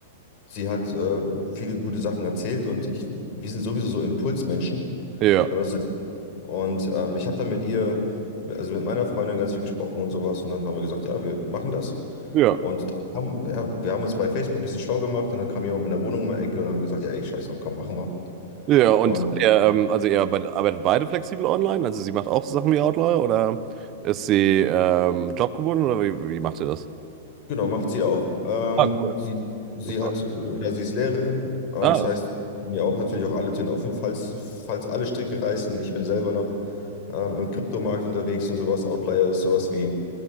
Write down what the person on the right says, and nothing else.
Ja,
ja,
ja. Und
er, ähm, also ihr arbeitet, arbeitet beide flexibel online? Also sie macht auch so Sachen wie Outlier oder ist sie ähm, jobgebunden oder wie, wie macht ihr das?
Ah, cool.
Super.
Ah,